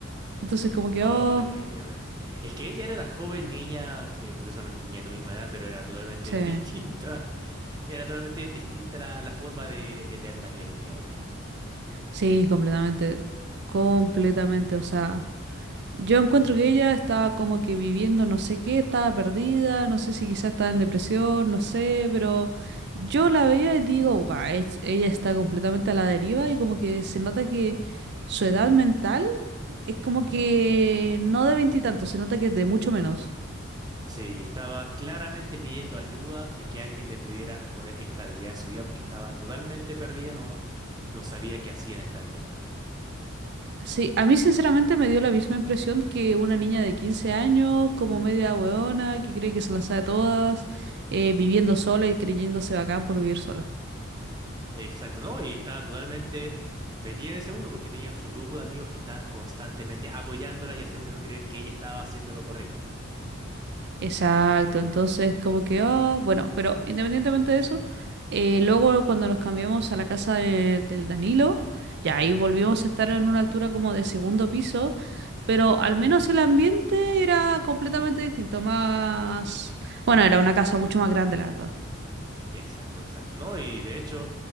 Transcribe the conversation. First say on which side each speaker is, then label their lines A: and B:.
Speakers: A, on the right; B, on the right.
A: entonces como que,
B: No,
A: oh,
B: definitivamente. Es que ella era una joven niña que curiosamente tenía tu misma edad, pero era totalmente
A: sí,
B: <laughs> distinta. Era totalmente distinta la, la forma de, de ver la vida que tenía ella.
A: sí, completamente, completamente, o sea. Yo encuentro que ella estaba como que viviendo no sé qué, estaba perdida, no sé si quizás estaba en depresión, no sé, pero yo la veía y digo, guau, es- ella está completamente a la deriva y como que se nota que su edad mental es como
B: Ujú.
A: que no de veintitantos, se nota que es de mucho menos.
B: Sí, estaba claramente pidiendo ayuda de que alguien le pudiera poner estabilidad en su vida porque estaba totalmente perdida, no, no sabía qué hacía en esta vida, la verdad, ella.
A: Sí, a mí sinceramente me dio la misma impresión que una niña de 15 años, como media hueona, que cree que se las sabe todas, eh, viviendo sola y creyéndose bacán por vivir sola.
B: Exacto, ¿no? Y estaba totalmente metida en ese mundo porque tenía su grupo de amigos que estaban constantemente apoyándola y haciéndole creer que ella estaba haciendo lo correcto.
A: Exacto, entonces como que, ah, bueno, pero independientemente de eso, eh, luego cuando nos cambiamos a la casa de- del Danilo, ya ahí
B: Ujú.
A: volvimos a estar en una altura como de segundo piso, pero al menos el ambiente era completamente distinto, más... Bueno, era una casa mucho más grande, la verdad.
B: Exacto, exacto, ¿no? Y de hecho